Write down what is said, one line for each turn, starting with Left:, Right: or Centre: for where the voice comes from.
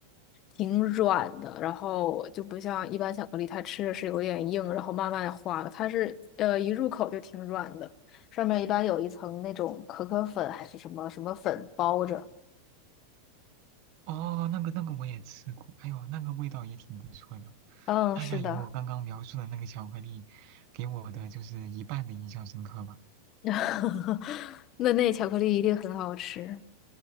Left: 挺软的，然后就不像一般巧克力，它吃着是有点硬，然后慢慢化的。它是呃一入口就挺软的，上面一般有一层那种可可粉还是什么什么粉包着。
Right: 哦，那个那个我也吃过，哎呦，那个味道也挺不错的，
Left: 嗯，
Right: 大概有我刚刚描述的那个巧克力给我的就是一半的印象深刻吧。
Left: 是的，<laughs> 那那巧克力一定很好吃。